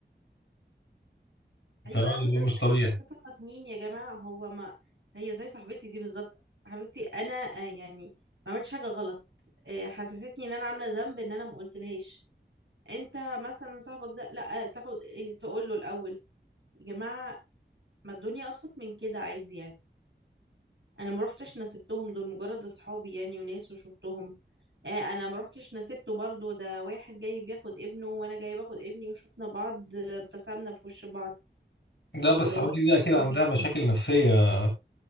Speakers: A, on the right (about 80°); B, on the left (about 80°).
A: ايوه
B: فاهم اللي
A: اخد
B: هو
A: اذنك
B: مش طبيعي
A: ليه بصفتك مين يا جماعة هو ما هي زي صاحبتي دي بالظبط حبيبتي انا آه، يعني ما عملتش حاجة غلط آه، حسستني ان انا عاملة ذنب ان انا ما قلتلهاش انت مثلا صاحبك ده لا آه، تاخد آه، تقول له الاول يا جماعة ما الدنيا ابسط من كده عادي يعني انا ما روحتش نسبتهم دول مجرد اصحابي يعني وناس وشفتهم آه انا ما روحتش نسبته برضو ده واحد جاي بياخد ابنه وانا جاي باخد ابني وشفنا بعض آه، ابتسمنا في وش بعض
B: لا بس
A: اللي هو
B: حضرتك دي كده
A: روبي
B: عندها مشاكل
A: جديد.
B: نفسية